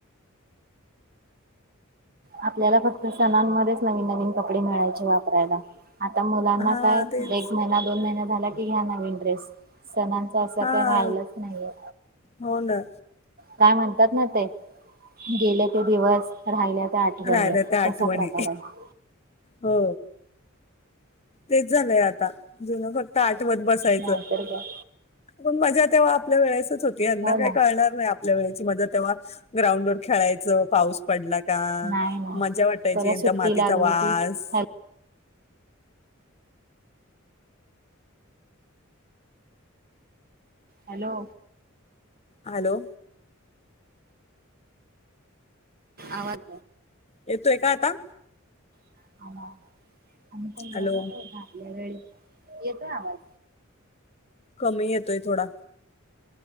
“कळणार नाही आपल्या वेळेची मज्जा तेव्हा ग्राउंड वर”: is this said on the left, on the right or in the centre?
Left